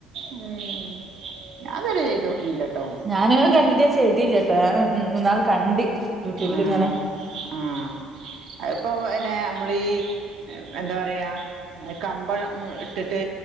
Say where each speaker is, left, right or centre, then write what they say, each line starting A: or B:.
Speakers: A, on the right (about 65°); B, on the right (about 20°).
A: ഉം. ഞാൻ ഇതുവരെ ചെയ്തു നോക്കിയില്ലാട്ടോ.
B: ഞാനിങ്ങനെ കണ്ടിട്ട് ചെയ്തില്ല്യാട്ടോ. ഇന്നാൾ കണ്ട് യൂട്യൂബിൽ
A: ആഹ്
B: ഇങ്ങനെ.
A: ആഹ്. അത്പ്പം പിന്നെ നമ്മളീ എന്താ പറയാ, കമ്പളം ഇട്ടിട്ട്